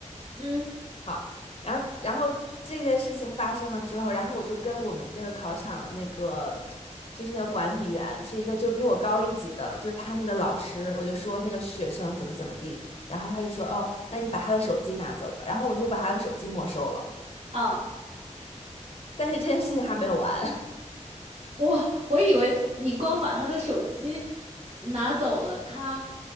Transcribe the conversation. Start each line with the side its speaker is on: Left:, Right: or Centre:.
Right: 嗯
Left: 好，然后然后这件事情发生了之后，然后我就跟我们那个考场那个就是那个管理员是一个就是比我高一级的，就是他们的老师，我就说那个学生怎么怎么地，然后他就说哦，那你把他的手机拿走吧，然后我就把他的手机没收了，
Right: 啊，
Left: 但是这件事情还没有完。<laughs>
Right: 我我以为你光把他的手机拿走了，他